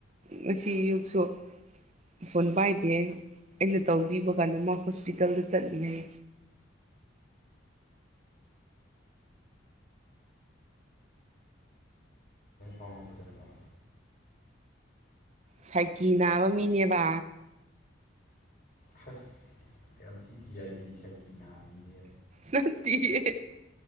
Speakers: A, on the right (about 35°); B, on the left (about 45°).
A: ꯉꯁꯤ ꯑꯌꯨꯛꯁꯨ ꯐꯣꯟ ꯄꯥꯏꯗꯦ ꯑꯩꯅ ꯇꯧꯕꯤꯕ ꯀꯥꯟꯗ ꯃꯥ ꯍꯣꯁꯄꯤꯇꯥꯜꯗ ꯆꯠꯂꯤꯉꯩ
B: ꯄꯥꯎꯅ ꯐꯖꯅ ꯐꯪ
A: ꯁꯥꯏꯀꯤ ꯅꯥꯕ ꯃꯤꯅꯦꯕ
B: ꯐꯥꯁ ꯑꯦꯝꯇ ꯗꯤ ꯑꯥꯏ ꯕꯤꯁ ꯑꯥꯏ ꯇꯤꯅꯅꯥ ꯃꯤꯅꯦ
A: ꯅꯠꯇ